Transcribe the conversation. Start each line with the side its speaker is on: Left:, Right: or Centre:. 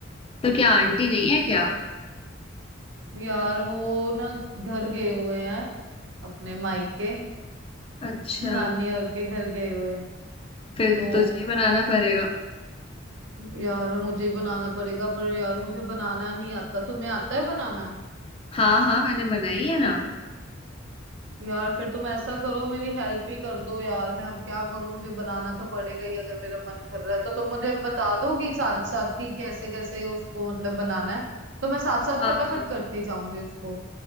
Left: तो क्या आंटी नहीं है क्या
Right: यार वो ना घर गए हुए हैं अपने मायके
Left: अच्छा
Right: नानी और के घर गए हुए हैं
Left: फिर
Right: तो
Left: तो तुझे ही बनाना पड़ेगा
Right: यार मुझे ही बनाना पड़ेगा पर यार मुझे बनाना नहीं आता तुम्हें आता है बनाना
Left: हाँ हाँ मैंने बनाई है ना
Right: यार फिर तुम ऐसा करो मेरी हेल्प ही कर दो यार मैं अब क्या करूं मुझे बनाना तो पड़ेगा ही अगर मेरा मन कर रहा है तो तुम मुझे बता दोगी साथ साथ कि कैसे कैसे उसको मतलब बनाना है तो मैं साथ साथ
Left: हाँ
Right: फटाफट
Left: हाँ
Right: करती जाऊंगी उसको